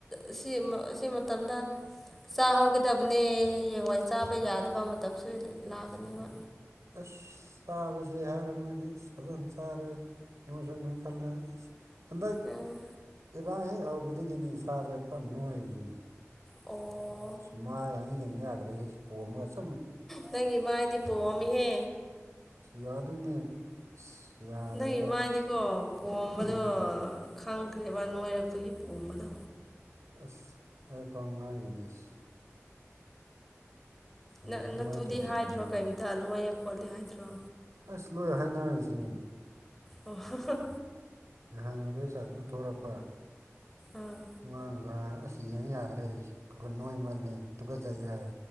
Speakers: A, in the centre; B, on the right.
A: ꯑꯁꯤ ꯃ ꯑꯁꯤ ꯃꯇꯝꯗ ꯆꯥꯍꯧꯒꯗꯕꯅꯦ ꯍꯌꯦꯡꯋꯥꯏ ꯆꯥꯕ ꯌꯥꯗꯕ ꯃꯇꯝꯁꯨ ꯂꯥꯛꯀꯅꯤꯕ
B: ꯑꯁ ꯆꯥꯕꯖꯤ ꯍꯥꯏꯔꯝꯃꯗꯤ ꯐꯖꯅ ꯆꯥꯔꯦ ꯅꯣꯏꯖꯨ ꯅꯣꯏꯈꯠꯂꯦ ꯍꯟꯗꯛ
A: ꯎꯝ
B: ꯑꯦ <unintelligible> ꯍꯦꯛ ꯍꯧꯕꯗꯒꯤꯅꯤ ꯏꯁꯥꯖꯦ ꯄꯨꯔꯥ ꯅꯣꯏꯔꯤꯖꯦ
A: ꯑꯣ
B: ꯁꯨ ꯃꯥꯏꯒꯖꯦ ꯌꯦꯡ ꯌꯥꯗ꯭ꯔꯦꯍꯦ ꯄꯣꯝꯃꯒ ꯆ
A: ꯅꯪꯒꯤ ꯃꯥꯏꯗꯤ ꯄꯣꯝꯃꯤꯍꯦ
B: ꯌꯥꯗꯨꯅꯦ ꯑꯁ ꯌꯥꯗ꯭ꯔꯦꯕ
A: ꯅꯪꯒꯤ ꯃꯥꯏꯗꯤꯀꯣ ꯄꯣꯝꯕꯗꯣ
B: ꯎꯝ
A: ꯈꯪꯈ꯭ꯔꯦꯕ ꯅꯣꯏꯔꯛꯄꯒꯤ ꯄꯣꯝꯕꯗꯣ
B: ꯑꯁ ꯑꯩ ꯐꯥꯎ ꯉꯥꯡꯉꯤꯅꯦ ꯁꯤ
A: ꯅ
B: ꯑꯗꯨꯃꯥꯏꯅ
A: ꯅꯇꯨꯗꯤ
B: ꯇꯧꯗꯕꯅꯦꯕ
A: ꯍꯥꯏꯗ꯭ꯔꯣ ꯀꯩꯝꯇ ꯅꯣꯏꯌꯦ ꯈꯣꯠꯂꯦ ꯍꯥꯏꯗ꯭ꯔꯣ
B: ꯑꯁ ꯂꯣꯏ ꯍꯥꯏꯅꯔꯁꯤꯅꯤ
A: ꯑꯣ ꯍꯨꯝ ꯍꯨꯝ
B: ꯅꯍꯥꯟ ꯑꯈꯣꯏ ꯁꯥꯏꯇꯣ ꯊꯣꯔꯛꯄ
A: ꯑꯥ
B: ꯃꯥꯅꯖꯨ ꯍꯥꯏ ꯑꯁ ꯌꯦꯡ ꯌꯥꯗ꯭ꯔꯦ ꯅꯣꯏꯃꯜꯂꯦ ꯇꯨꯒꯖꯩ ꯍꯥꯏ